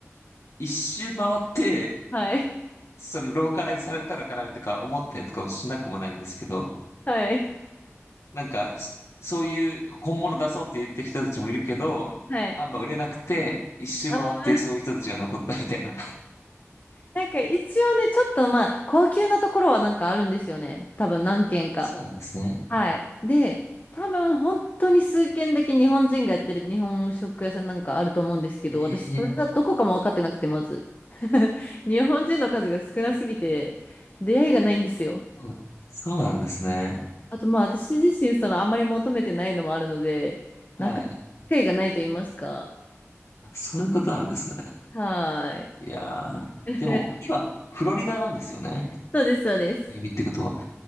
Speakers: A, on the left; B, on the left.
A: 一周回って、
B: はい。
A: そのローカライズされたのかなとか思ったりとかもしなくもないんですけど、
B: はい。
A: なんかそそういう本物出そうって言った人たちもいるけど、
B: はい。
A: あんま売れなくて、一周回ってそういう人たちが残ったみたいな
B: ああ。なんか一応ね、ちょっとまあ、高級なところはなんかあるんですよね。多分何軒か。
A: そうなんですね。
B: はい。で、多分本当に数軒だけ日本人がやってる日本食屋さんなんかあると思うんですけど、
A: ええ
B: 私それがどこかも分かってなくて、まず。<laughs> 日本人の数が少なすぎて、出会いがないんですよ。
A: そうそうなんですね。
B: あとまあ、私自身そのあんまり求めてないのもあるので、
A: はい。
B: なかなか機会がないと言いますか。
A: あ、そういうことなんですね。
B: はーい。
A: いやー、
B: <laughs>
A: でも、今、フロリダなんですよね。
B: そうです、そうです。
A: 指ってことは。